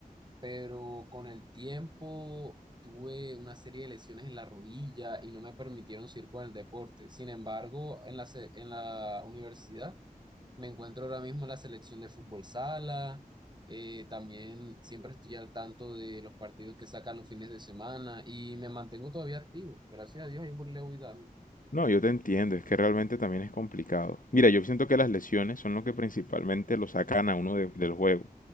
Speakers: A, on the right; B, on the left.
A: pero con el tiempo tuve una serie de lesiones en la rodilla y no me permitieron seguir con el deporte. Sin embargo, en la, se- en la universidad me encuentro ahora mismo en la selección de fútbol sala, eh, también siempre estoy al tanto de los partidos que sacan los fines de semana y me mantengo todavía activo. Gracias a Dios, ahí le voy dando.
B: No, yo te entiendo, es que realmente también es complicado. Mira, yo siento que las lesiones son lo que principalmente lo sacan a uno de- del juego.